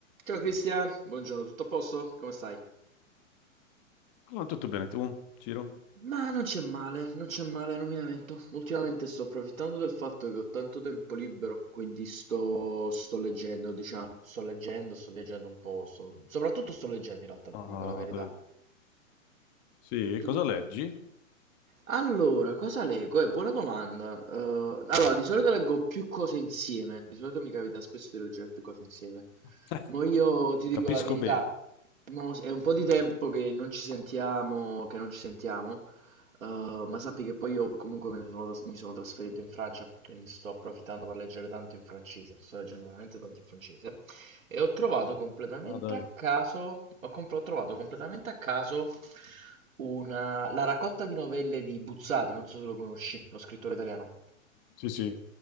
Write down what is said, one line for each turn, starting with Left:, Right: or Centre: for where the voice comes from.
Right: Ciao Cristian, buongiorno, tutto a posto? Come stai?
Left: No, tutto bene, tu, Ciro?
Right: Ma non c'è male, non c'è male, non mi lamento. Ultimamente sto approfittando del fatto che ho tanto tempo libero, quindi sto, sto leggendo, diciamo. Sto leggendo, sto viaggiando un po', sto- soprattutto sto leggendo in realtà, ti
Left: Ah,
Right: dico la verità.
Left: dai. Sì,
Right: Tu...
Left: cosa leggi?
Right: Allora, cosa leggo? È buona domanda. Eh, allora, di solito leggo più cose insieme. Di solito mi capita spesso di leggere più cose insieme.
Left: <laughs>
Right: Ma io ti dico
Left: Capisco
Right: la verità,
Left: bene.
Right: mo è un po' di tempo che non ci sentiamo, che non ci sentiamo, eh, ma sappi che poi io comunque me ne sono tras- mi sono trasferito in Francia, quindi sto approfittando per leggere tanto in francese. Sto leggendo veramente tanto in francese. E ho trovato completamente
Left: Ah, dai.
Right: a caso, ho, comp- ho trovato completamente a caso una, la raccolta di novelle di Buzzati, non so se lo conosci, lo scrittore italiano.
Left: Sì, sì.